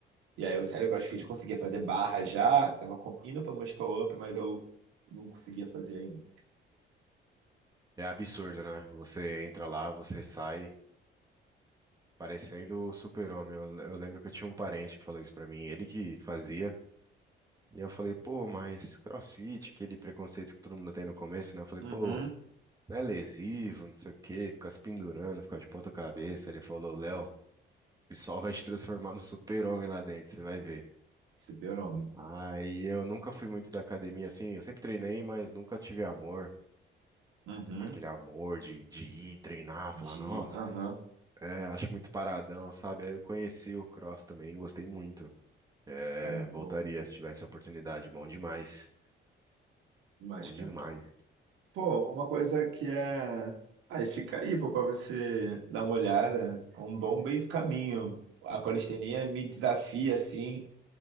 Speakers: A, on the right; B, on the right.
A: E aí eu saí do CrossFit, eu conseguia fazer barra já, tava co- indo pra Muscle Up, mas eu não conseguia fazer ainda.
B: É absurdo, né? Você entra lá, você sai parecendo o super-homem. Eu, eu lembro que eu tinha um parente que falou isso pra mim, ele que fazia. E eu falei, pô, mas CrossFit, aquele preconceito que todo mundo tem no começo, né? Eu falei,
A: Uhum,
B: pô, não é lesivo, não sei o quê, fica se pendurando, fica de ponta cabeça. Ele falou, Léo, o pessoal vai te transformar no super-homem lá dentro, você vai ver.
A: Super-homem,
B: Aí
A: pô.
B: eu nunca fui muito da academia assim, eu sempre treinei, mas nunca tive amor.
A: uhum.
B: aquele amor de, de ir treinar,
A: De.
B: falar, nossa,
A: Aham.
B: é, acho muito paradão, sabe? Aí eu conheci o cross também, gostei muito. É,
A: Cara, muito
B: voltaria
A: bom.
B: se tivesse a oportunidade, bom demais.
A: Demais,
B: Bom
A: cara.
B: demais.
A: Pô, uma coisa que é. Aí fica aí, pô, pra você dar uma olhada. É Um bom meio do caminho. A calistenia me desafia, assim,